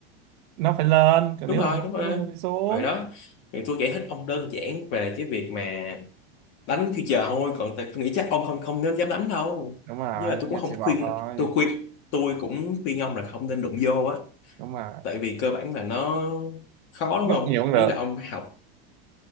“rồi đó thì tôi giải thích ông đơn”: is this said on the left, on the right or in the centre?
Left